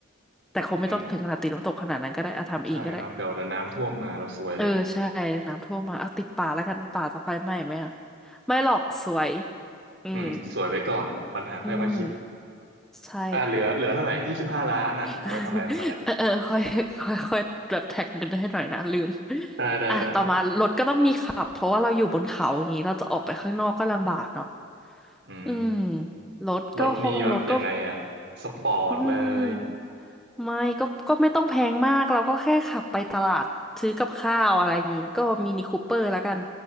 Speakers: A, in the centre; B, on the right (about 60°).
A: แต่คงไม่ต้องถึงขนาดติดน้ำตกขนาดนั้นก็ได้อะทำเองก็ได้
B: อืมใช่เนาะเดี๋ยวเดี๋ยวน้ำท่วมมาเราซวยเลย
A: เออใช่น้ำท่วมมาเอาติดป่าแล้วกันป่าจะไฟไหม้ไหมอ่ะไม่หรอกสวยอืม
B: อืมสวยไปก่อนปัญหาค่อยมาคิด
A: อืมใช่
B: อ่ะเหลือเหลือเท่าไหร่ยี่สิบห้าล้านอ่ะเอาไปทำอะไรทำอะไร
A: <laughs> เออเออค่อยค่อยค่อยแบบแท็กเงินให้หน่อยนะลืม
B: ได้ได้ได้
A: อ่ะต่อมารถก็ต้องมีขับเพราะว่าเราอยู่บนเขาอย่างนี้เราจะออกไปข้างนอกก็ลำบากเนาะ
B: อืม
A: อืมรถก็คงรถก็
B: รถนี่แบบยังไงอ่ะสปอร์ตเลย
A: อืมไม่ก็ก็ไม่ต้องแพงมากเราก็แค่ขับไปตลาดซื้อกับข้าวอะไรอย่างงี้ก็มินิคูเปอร์แล้วกัน